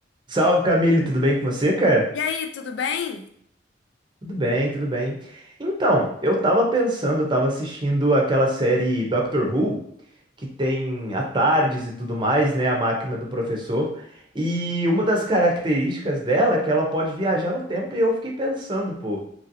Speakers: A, on the right (about 25°); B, on the left (about 75°).
A: Salve, Camille, tudo bem com você, cara?
B: E aí, tudo bem?
A: Tudo bem, tudo bem. Então, eu tava pensando, eu tava assistindo aquela série Doctor Who, que tem a Tardes e tudo mais, né? A máquina do professor. E uma das características dela é que ela pode viajar no tempo, e eu fiquei pensando, pô.